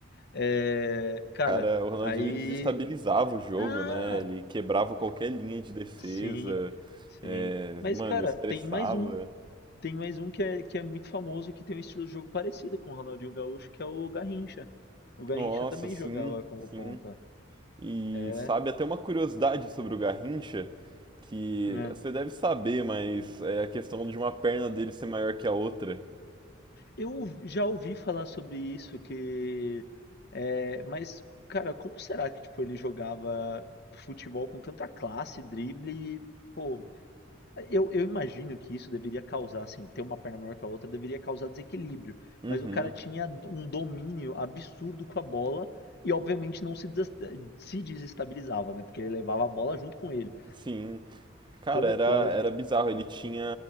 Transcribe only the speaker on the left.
É, cara,
aí.
Ah!
Sim, sim.
Mas,
cara,
tem mais um, tem mais um que é, que é muito famoso, que tem um estilo de jogo parecido com o Ronaldinho Gaúcho, que é o Garrincha. O Garrincha
também
jogava como
ponta.
É,
né?
Eu já ouvi falar sobre isso, que... É, mas, cara, como será que, tipo, ele jogava futebol com tanta classe, drible, e, pô, Eu, eu imagino que isso deveria causar, assim, ter uma perna maior que a outra deveria causar desequilíbrio,
mas o cara tinha um domínio absurdo com a bola e obviamente não se, des- se desestabilizava, né? Porque ele levava a bola junto com ele.
Como
pode?